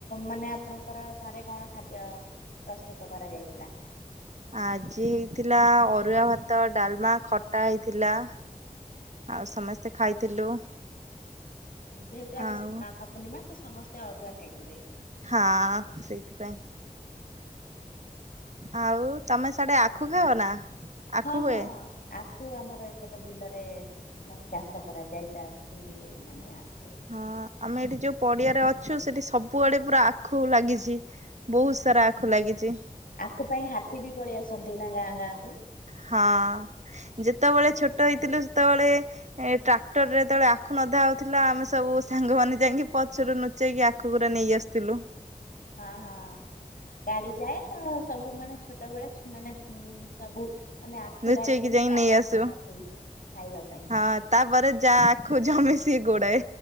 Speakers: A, on the left; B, on the right.
A: ମାନେ ଆପଣଙ୍କର ଘରେ କଣ ଖାଦ୍ୟ ପ୍ରସ୍ତୁତ୍ କରାଯାଇଥିଲା?
B: ଆଜି ହେଇଥିଲା ଅରୁଆ ଭାତ, ଡାଲ୍, ମା ଖଟା ହେଇଥିଲା। ଆଉ ସମସ୍ତେ ଖାଇଥିଲୁ।
A: ଯେହେତୁ ଆଜି
B: ଆଉ
A: ସ୍ନାନ ପୂର୍ଣ୍ଣିମା, ତ ସମସ୍ତେ ଅରୁଆ ଖାଇଥିବେ।
B: ହଁ, ସେଇଥିପାଇଁ। ଆଉ ତମେ ସିଆଡେ ଆଖୁ ଖାଅ ନା? ଆଖୁ
A: ହଁ ହଁ।
B: ହୁଏ
A: ଆଖୁ ଆମର ଏପଟେ ବିଲରେ ମାନେ ଚାଷ କରାଯାଏ, ଚାଷୀ ମାନେ ଆଖ୍
B: ହଁ, ଆମେ ଏଇଠି ଯୋଉ ପଡିଆରେ ଅଛୁ, ସେଠି ସବୁଆଡେ ପୁରା ଆଖୁ ଲାଗିଚି, ବହୁତ୍ ସାରା ଆଖୁ ଲାଗିଚି।
A: ଆଖୁ ପାଇଁ ହାତୀ ବି ପଳେଇ ଆସନ୍ତି ନା, ଗାଁ ଗାଁକୁ?
B: ହଁ, ଯେତେବେଳେ ଛୋଟ ହେଇଥିଲୁ, ସେତେବେଳେ ଏ ଟ୍ରାକ୍ଟର୍ ରେ ଯେତେବେଳେ ଆଖୁ ନଧା ହଉଥିଲା, ଆମେ ସବୁ ସାଙ୍ଗମାନେନ ଯାଇଁକି ପଛରୁ ନୁଚେଇକି ଆଖୁଗୁରା ନେଇ ଆସୁୁ। ଥିଲୁ।
A: ହଁ ହଁ, ଗାଡି ଯାଏ ତ ସବୁ ମେଳେ ଛୋଟବେେଳେ ସୁନା ନାକ୍ ଉଁ ସବୁ ମାନେ ଆଖୁ
B: ଲୁଚେଇକି
A: କାଡିରୁ
B: ଯାଇ
A: ହିଁ ଟାଣି
B: ନେଇ ଆସୁ।
A: କି ଆଣନ୍ତି, ଖାଇବା ପାଇଁ।
B: ହଁ ତାପରେ ଯାଆ ଆଖୁ ଜୋ ମିସିକି ଗୋଡାଏ।